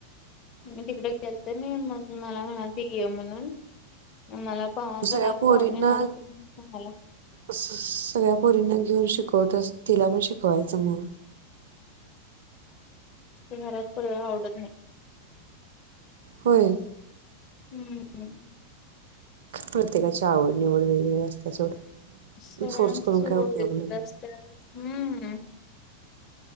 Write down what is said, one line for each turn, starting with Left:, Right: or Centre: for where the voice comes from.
Left: मी तिकडे तर नाही मग मला म्हणालती ये म्हणून मला पाव
Right: सगळ्या
Left: घरात
Right: पोरींना
Left: पाहुणे येणार होते मला
Right: सगळ्या पोरींना घेऊन शिक शिकवत अस तिला पण शिकवायचं म.
Left: घरात कुणाला आवडत नाही.
Right: होय
Left: हम्
Right: प्रत्येकाची आवड निवड वेगवेगळी असतीया सोड.
Left: सगळ्यांच
Right: फोर्स करून
Left: स्वभाव
Right: काय उपयोग
Left: वेगवेगळे
Right: नाही
Left: असतात हम्म